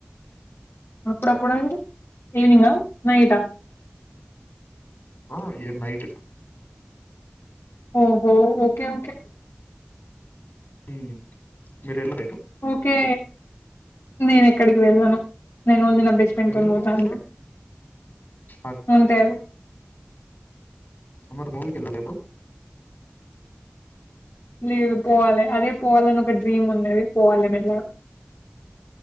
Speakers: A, on the left; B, on the left.
A: అప్పుడప్పుడు అంటే ఈవినింగా నైటా.
B: ఆ ఇగ నైట్.
A: ఓహో. Okay okay.
B: హ్మ్ మిరెల్లర ఐత్
A: ఓకే నేనెక్కడికి వెళ్ళను. నేను ఓన్లీ న బెస్ట్ ఫ్రెండ్
B: ఎందుకు
A: తోని పోతా
B: అట్లా?
A: అంతే
B: అద్
A: అంతే అది
B: మరి మూవీకిల్లెలె ఎప్పుడు
A: లేదు పోవాలి అదే పోవాలని ఒక డ్రీమ్ ఉన్నది పోవాలి మెల్లగా